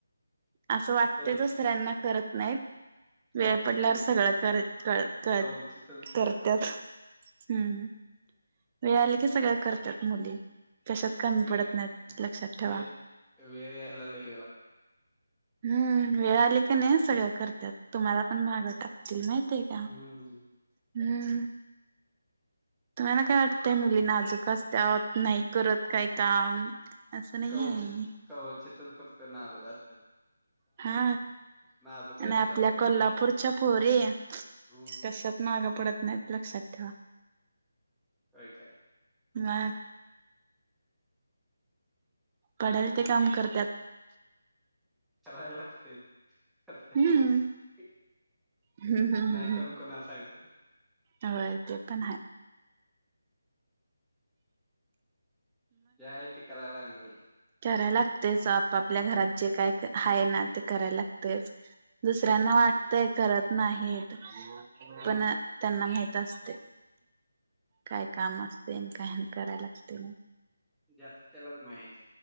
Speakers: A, on the right (about 25°); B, in the centre.
A: असं वाटतंय
B: कवच
A: दुसऱ्यांना करत नाहीत.
B: कवचित
A: वेळ पडल्यावर सगळं कर क क
B: कवचितच करतात
A: करत्यात, हम्म. वेळ आली की सगळं करत्यात मुली. कशात कमी
B: वे
A: पडत नाहीत, लक्षात ठेवा.
B: वे वेळ यायला लय वेळ लागते
A: हम्म, वेळ आली का नाई सगळं करत्यात, तुम्हाला पण मागं टाकतील माहितय तीयका,
B: हम्म
A: हम्म, तुम्हाला काय वाट त्या मुली नाजूक असत्यात, नाही करत काय काम. असं नाहीये
B: कवचित, कवचितच फक्त नाजूक असत्यात.
A: हा,
B: नाजूक आहे
A: आणि
B: अशी
A: आपल्या
B: धावतात
A: कोल्हापूरच्या पोरी
B: हम्म
A: कशात माग पडत नाहीत, लक्षात ठेवा.
B: होय काय.
A: मग. पडल ते काम करत्यात.
B: करायला लागतंयच, करत्यात
A: हम्म.
B: म्हजी,
A: हम्म हम्म हम्म
B: नाही करून
A: हम्म.
B: कुणाला सांगत्यात.
A: होय ते पण हाय.
B: जे हाय ते कराय लागणारच.
A: कराय लागतेच आपापल्या घरात जे काय क आहे ना ते कराय लागतेच दुसऱ्यांना
B: तेच
A: वाटतय
B: की
A: करत नाही
B: हा
A: पण त्यांना माहित असते. काय काम असते न काहीन कराय लागते न.
B: ज्याचं त्यालाच माईत.